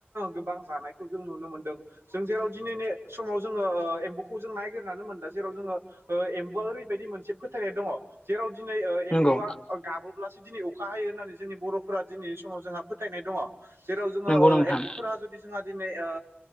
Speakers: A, on the right (about 85°); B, on the left (about 25°).
A: गोबां जानायखौ जों नुनो मोनदों। जों जेराव दिनैनि समाव जोङो ओ एम्बौखौ जों नायगिरनानै मोनला जेराव जोङो ओ एम्बुआ ओरैबायदि मोनसे फोथायनाय दङ जेराव दिनै ओ
B: नंगौ
A: एम्बुआ ओ गाबोब्लासो दिनै अखा हायो होननानै जोंनि बर'फोरा दिनै समाव जोंहा फोथायनाय दङ जेराव जोङो
B: नंगौ
A: ओ
B: नोंथां
A: एम्बुफोरा जुदि जोंहा दिनै ओ